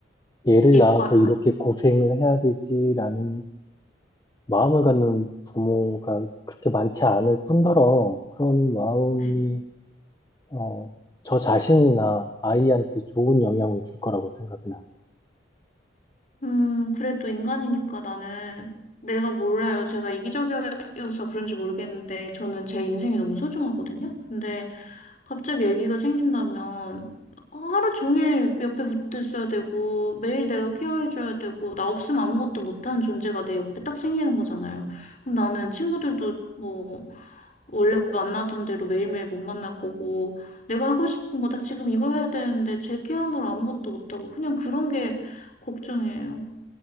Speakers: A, on the left; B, on the left.
A: 얘를
B: 예뻐요,
A: 낳아서 이렇게
B: 그럼?
A: 고생을 해야 되지라는 마음을 갖는 부모가 그렇게 많지 않을 뿐더러 그런 마음이
B: 네.
A: 어, 저 자신이나 아이한테 좋은 영향을 줄 거라고 생각은 안 해요.
B: 음, 그래도 인간이니까 나는, 내가 몰라요. 제가 이기적이어서 그런지 모르겠는데, 저는 제 인생이 너무 소중하거든요? 근데, 갑자기 아기가 생긴다면 하루 종일 옆에 붙어 있어야 되고 매일 내가 케어해줘야 되고 나 없으면 아무것도 못하는 존재가 내 옆에 딱 생기는 거잖아요. 그럼 나는 친구들도 뭐 원래 만나던 대로 매일매일 못 만날 거고 내가 하고 싶은 거다 지금 이거 해야 되는데 제 케어하느라 아무것도 못하고 그냥 그런 게 걱정이에요.